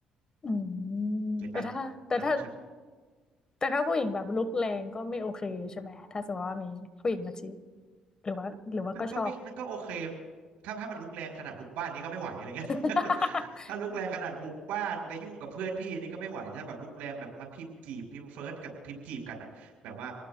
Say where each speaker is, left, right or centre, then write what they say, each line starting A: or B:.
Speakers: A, on the left; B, on the right.
A: อืมแต่ถ้าแต่ถ้า
B: เก็ตปะมันก็ต้องใช่
A: แต่ถ้าผู้หญิงแบบลุกแรงก็ไม่โอเคใช่ไหมถ้าสมมติว่ามีผู้หญิงมาจีบหรือว่าหรือว่าก็ชอบ
B: มันก็ไม่มันก็โอเคถ้าถ้ามันลุกแรงขนาดบุกบ้านนี้ก็ไม่ไหวอะไรเงี้ย
A: <laughs>
B: <laughs> ถ้าลุกแรงขนาดบุกบ้านไปยุ่งกับเพื่อนพี่นี่ก็ไม่ไหวถ้าแบบลุกแรงแบบมาพิมพ์จีบพิมพ์เฟิร์สกับพิมพ์จีบกันอะแบบว่า